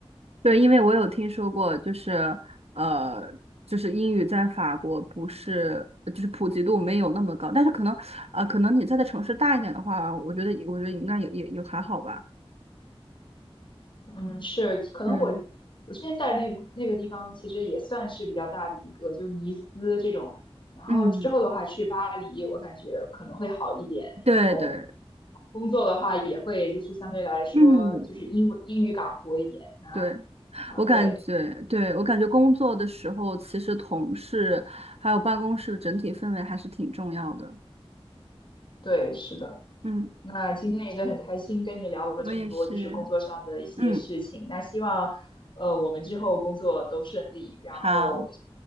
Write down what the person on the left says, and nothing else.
嗯，是，可能我
我之前在那个那个地方，其实也算是比较大的一个，就尼斯这种。然后之后的话去巴黎，
我感觉可能会好一点。
然后工作的话，也会就是相对来说就是英文英语岗多一点。
那
啊，
对
对，是的。
那今天也是很开心跟你聊了这么多，
就是工作上的一些事情。
那希望呃我们之后工作都顺利。然后